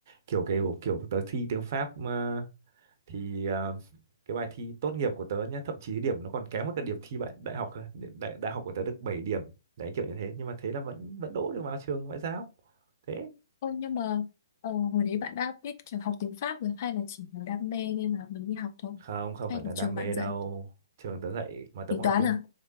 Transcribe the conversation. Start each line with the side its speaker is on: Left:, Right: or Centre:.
Right: kiểu cái kiểu tớ thi tiếng Pháp ờ, thì à, cái bài thi tốt nghiệp của tớ nhá thậm chí điểm nó còn kém hơn cả điểm thi bạn đại học cơ. đại đại học của tớ được bảy điểm đấy kiểu như thế nhưng mà thế là vẫn vẫn đỗ được vào trường ngoại giao thế
Left: Ôi nhưng mà ờ, hồi đấy bạn đã biết kiểu học tiếng Pháp rồi hay là chỉ là đam mê nên là mình đi học thôi?
Right: không không
Left: Hay
Right: phải
Left: là
Right: là đam
Left: trường
Right: mê
Left: bạn dạy
Right: đâu trường tớ dạy mà tớ
Left: tính
Right: cũng học
Left: toán
Right: tiếng
Left: à?